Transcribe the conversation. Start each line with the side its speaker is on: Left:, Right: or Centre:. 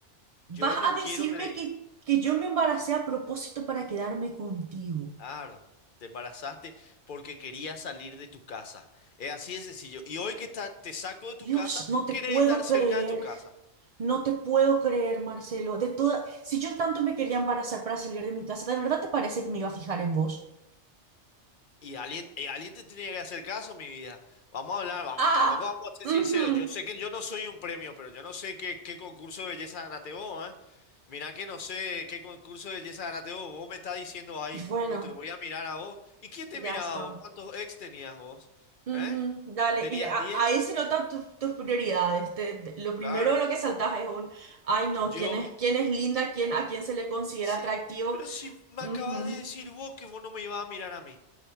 Left: yo
Right: vas
Left: no
Right: a
Left: quiero
Right: decirme
Left: tener hijos.
Right: que, que yo me embaracé a propósito para quedarme contigo?
Left: Claro, te embarazaste porque querías salir de tu casa. Es así de sencillo. Y hoy que está- te saco de tu
Right: Dios,
Left: casa,
Right: no te
Left: querés
Right: puedo
Left: estar cerca
Right: creer.
Left: de tu casa.
Right: No te puedo creer, Marcelo. De toda, si yo tanto me quería embarazar para salir de mi casa, ¿de verdad te parece que me iba a fijar en vos?
Left: Y alguien, y alguien te tenía que hacer caso, mi vida. Vamos a hablar, vamos,
Right: Ah,
Left: tampoco vamos a ser
Right: ujú.
Left: sinceros. Yo sé que yo no soy un premio, pero yo no sé qué, qué concurso de belleza ganaste vos, ¿eh? Mirá que no sé qué concurso de belleza ganaste vos. Vos me estás diciendo ahí,
Right: Y bueno,
Left: no te voy a mirar a vos. ¿Y quién te
Right: ya
Left: miraba
Right: está.
Left: a vos? ¿Cuántos ex tenías vos?
Right: Ujú,
Left: ¿Eh?
Right: dale,
Left: ¿Tenías
Right: y a-
Left: diez?
Right: ahí se notan tus, tus prioridades. te- te- lo primero
Left: Claro.
Right: lo que saltas es un, ay no,
Left: Yo.
Right: ¿quién es, quién es linda? ¿Quién, a quién se le considera
Left: Sí,
Right: atractivo?
Left: pero si me
Right: Ujú.
Left: acabas de decir vos que vos no me ibas a mirar a mí.